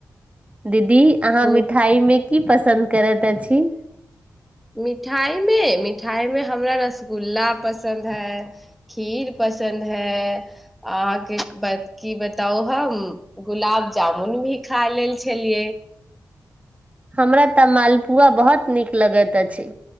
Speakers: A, on the right; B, in the centre.
A: दीदी अहाँ
B: खूब
A: मिठाई मे। की पसन्द करैत अछि।
B: मिठाइमे- मिठाइमे हमरा रसगुल्ला पसन्द है खीर पसन्द है अहाँके की बताउ हम गुलाब जामुन भी खा लेल छलियै।
A: हमरा तऽ मालपुआ बहुत नीक लगैत अछि।